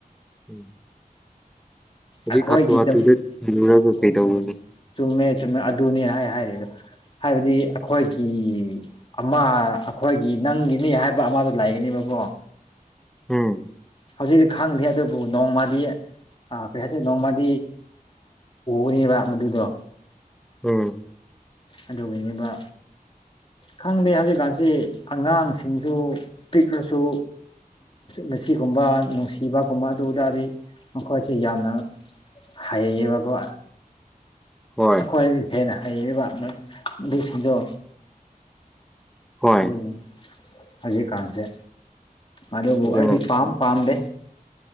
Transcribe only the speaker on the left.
ꯑꯩꯈꯣꯏꯗꯤ
ꯑꯗꯨꯝ
ꯍꯣꯏ
ꯍꯣꯏ ꯆꯨꯝꯃꯦ ꯆꯨꯝꯃꯦ ꯑꯗꯨꯅꯦ ꯍꯥꯏ ꯍꯥꯏꯔꯦꯗꯣ ꯍꯥꯏꯕꯗꯤ ꯑꯩꯈꯣꯏꯒꯤ ꯑꯃ ꯑꯩꯈꯣꯏꯒꯤ ꯅꯪꯒꯤꯅꯤ ꯍꯥꯏꯕ ꯑꯃꯗꯨ ꯂꯥꯏꯅꯤ ꯅꯤꯕꯀꯣ
ꯍꯧꯖꯤꯛꯇꯤ ꯈꯪꯗ꯭ꯦ ꯑꯗꯨꯕꯨ ꯅꯣꯡꯃꯗꯤ ꯄꯩꯁꯁꯦ ꯅꯣꯡꯃꯗꯤ ꯎꯅꯦꯕ ꯃꯗꯨꯗꯣ
ꯑꯗꯨꯒ ꯑꯣꯏꯕ ꯈꯪꯗꯦ ꯍꯧꯖꯤꯛꯀꯥꯟꯁꯤ ꯑꯉꯥꯡꯁꯤꯡꯁꯨ ꯄꯤꯛꯂꯁꯨ ꯃꯁꯤꯒꯨꯝꯕ ꯅꯨꯡꯁꯤꯕꯒꯨꯝꯕ ꯑꯗꯨꯇꯥꯔꯗꯤ ꯃꯈꯣꯏꯁꯦ ꯌꯥꯝꯅ ꯍꯩꯕꯥꯕ
ꯑꯩꯈꯣꯏꯒꯤ ꯍꯦꯟꯅ ꯍꯩꯔꯤꯕ ꯑꯗꯨꯁꯤꯡꯗꯨꯣ
ꯑꯗꯨꯕꯨ ꯍꯧꯖꯤꯛꯀꯥꯟꯁꯦ ꯑꯗꯨꯕꯨ
ꯑꯩꯗꯤ ꯄꯥꯝ ꯄꯥꯝꯗꯦ